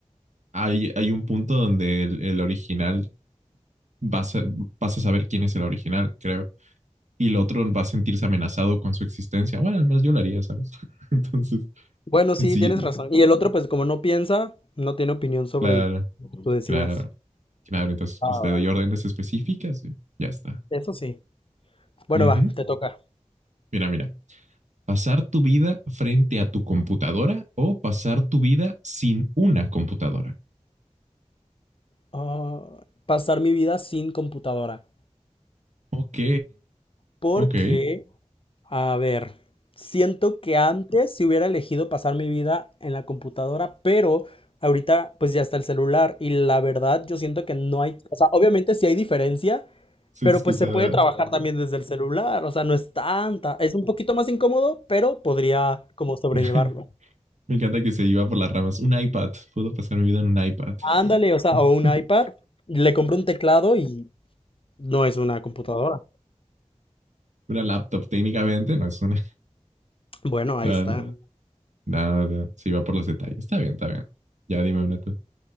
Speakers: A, on the right; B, on the left.
A: hay, hay un punto donde el, el original vas a, vas a saber quién es el original, creo. Y el otro va a sentirse amenazado con su existencia. Bueno, al menos yo lo haría, ¿sabes? <laughs> Entonces,
B: Bueno, sí,
A: sí,
B: tienes razón. Y el otro, pues como no piensa, no tiene opinión sobre
A: claro,
B: lo que tú decidas.
A: claro, claro. Entonces, pues
B: Ah,
A: le
B: va.
A: doy órdenes específicas y ya está.
B: eso sí. Bueno,
A: Uh
B: va,
A: -huh.
B: te toca.
A: Mira, mira. pasar tu vida frente a tu computadora o pasar tu vida sin una computadora.
B: Ah, pasar mi vida sin computadora.
A: Ok,
B: Porque,
A: ok.
B: a ver, siento que antes si hubiera elegido pasar mi vida en la computadora, pero ahorita pues ya está el celular y la verdad yo siento que no hay, o sea, obviamente sí hay diferencia,
A: Se
B: pero
A: excusaba.
B: pues se puede trabajar también desde el celular, o sea, no es tanta, es un poquito más incómodo, pero podría como sobrellevarlo.
A: <laughs> Me encanta que se iba por las ramas. Un iPad. Puedo pasar mi vida en un iPad.
B: Ándale, o sea,
A: <laughs>
B: o un iPad, le compro un teclado y no es una computadora.
A: una laptop técnicamente, no es una...
B: Bueno, ahí
A: <laughs>
B: está.
A: Nada, nada, nada. Se iba por los detalles. Está bien, está bien. Ya dime una, tú.